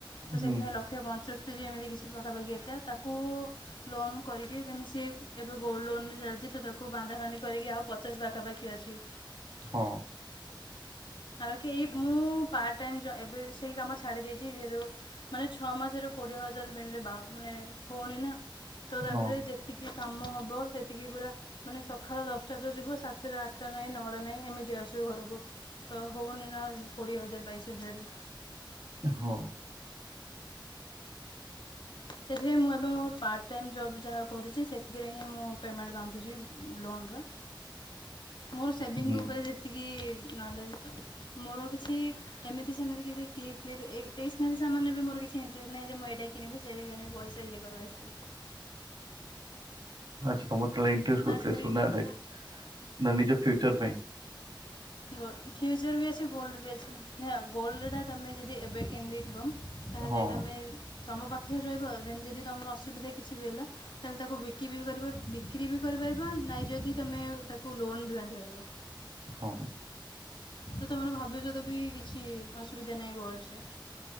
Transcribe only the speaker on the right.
ହୁଁ
ହଁ।
ହଁ
ହଁ।
ହୁଁ
ଆଛା ତମର ତାହଲେ ଇଣ୍ଟରେଷ୍ଟ କଉଥିରେ
ସୁନାରେ
ନା ନିଜ ଫ୍ୟଚର ପାଇଁ?
ହଁ
ହଉ।